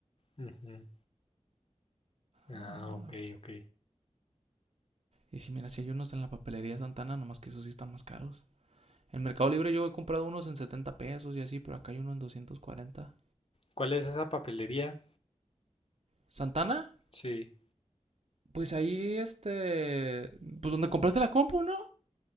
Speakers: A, on the left; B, on the right.
A: Ujú.
B: Ah,
A: Ah, ok, ok.
B: Y si mira, si hay unos en la papelería Santana, nomás que esos sí están más caros. En Mercado Libre yo he comprado unos en 70 pesos y así, pero acá hay uno en doscientos cuarenta
A: ¿Cuál es esa papelería?
B: ¿Santana?
A: Sí.
B: Pues ahí, este. Pues donde compraste la compu, ¿no?